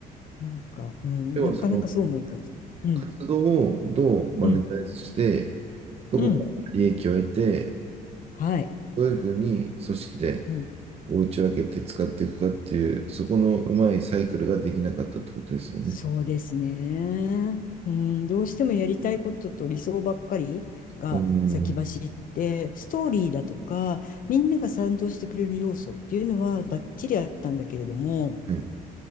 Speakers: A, on the left; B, on the right.
A: なんか、うん、
B: では、
A: なかなかそうもいかず。
B: その
A: うん、
B: 活動をどうマネタイズして、
A: うん、
B: どこから利益を得て、
A: うん、はい、
B: どういうふうに組織で
A: うん、
B: お打ち分けて使っていくかっていう、そこのうまいサイクルができなかったってことですよね。
A: そうですね。うん、どうしてもやりたいことと理想ばっかりが先走って、
B: うん。
A: ストーリーだとか、みんなが賛同してくれる要素っていうのはバッチリあったんだけれども、
B: はい。